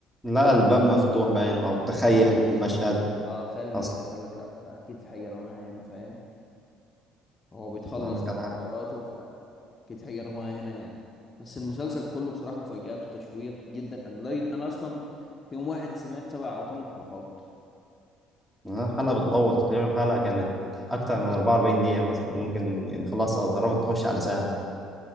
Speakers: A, in the centre; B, on the left.
A: لا الباب
B: قال لك
A: مفتوح باين او
B: قال
A: تخيل
B: لك غير بص
A: المشهد
B: اه تخيل المشهد
A: حصل
B: قال لك لا ده اكيد في حاجه رماها هنا فاهم هو بيتخلص
A: انا كان
B: من
A: عارف
B: حواراته فاكيد في حاجه رماها هنا يعني بس المسلسل كله بصراحه مفاجآت وتشويق جدا انا لا- انا اصلا في يوم واحد سمعت سبع او ثمان حلقات
A: الحلقة بتطول تقريبا الحلقة كانت أكتر من 44 دقيقة مثلا ممكن يعني خلاص آه، قربت تخش على ساعة